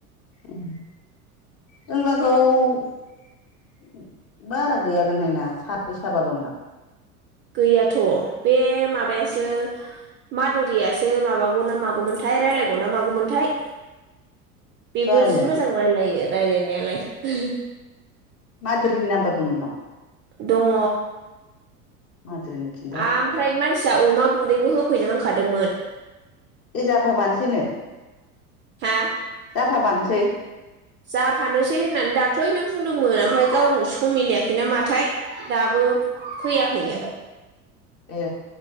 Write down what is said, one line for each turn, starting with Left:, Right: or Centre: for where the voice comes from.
Left: उम जों लागोआव बारा गैयागोनहाय ना साब्रै साबानल' दां।
Right: गैयाथ' बे माबायासो मादुरियासो माबागौ ना मागौमोनथाय रायलायगौ ना मागौमोनथाय। बेबो
Left: जानो
Right: जि मोजां रायलायो रायलायनायालाय ओहो
Left: मादुरिनि नाम्बा दं नोंनाव?
Right: दङ।
Left: मादुरिनो खिन्थाहर
Right: आमफ्राय मानसिया अमा ग गुन्दैबो होफैनो होनखादोंमोन।
Left: ए जाफाबानोसैनो
Right: हा
Left: जाफा मारनोसै?
Right: जाफानोसै होननानै दाख्लैनो बुंदोंमोन ओमफ्राय गाव सम मिलायाखैना माथाय दाबो फैयाखैनो।
Left: ए